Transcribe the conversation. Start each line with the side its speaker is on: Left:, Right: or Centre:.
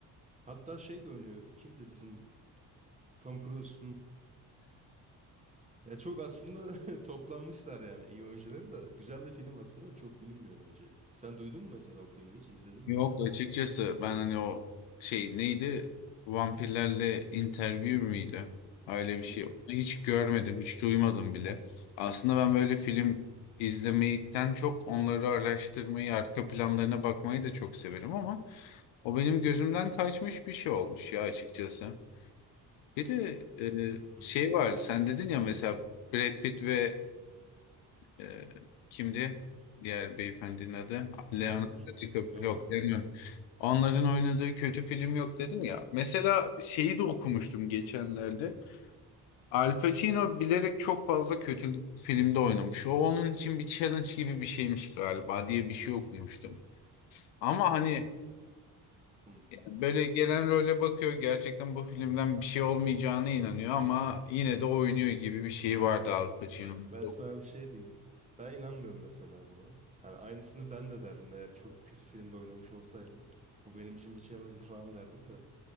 Right: Hatta şey de oynuyor. Kimdi bizim Tom Cruise? Hı. Ya çok aslında <laughs> toplanmışlar yani iyi oyuncuları da. Güzel de film aslında da çok bilinmiyor bence. Sen duydun mu mesela o filmi hiç? İzledin mi
Left: Yok
Right: ya da?
Left: açıkçası ben hani o şey neydi? Vampirlerle interview miydi? Öyle bir
Right: Hı
Left: şey.
Right: hı.
Left: Hiç görmedim, hiç duymadım bile. Aslında ben böyle film izlemekten çok onları araştırmayı, arka planlarına bakmayı da çok severim ama o benim gözümden kaçmış bir şey olmuş ya açıkçası. Bir de e,
Right: Hı.
Left: şey var. Sen dedin ya mesela Brad Pitt ve e, kimdi? Diğer beyefendinin adı. Leonardo
Right: Tom Cruise mu?
Left: DiCaprio.
Right: Leonardo.
Left: Yok, Leonardo. Onların oynadığı kötü film yok dedin ya. Mesela şeyi de okumuştum geçenlerde. Al Pacino bilerek çok fazla kötü filmde oynamış. O onun için bir challenge gibi bir şeymiş galiba diye bir şey okumuştum. Ama hani
Right: Hı.
Left: Böyle gelen role bakıyor gerçekten bu filmden bir şey olmayacağına inanıyor ama yine de oynuyor gibi bir şey vardı Al Pacino'nun.
Right: Bak ben
Left: <laughs>
Right: sana bir şey diyeyim. Ben inanmıyorum mesela buna. Hani aynısını ben de derdim eğer çok kötü filmde oynamış olsaydım. Bu benim için bir challenge'dı falan derdim de.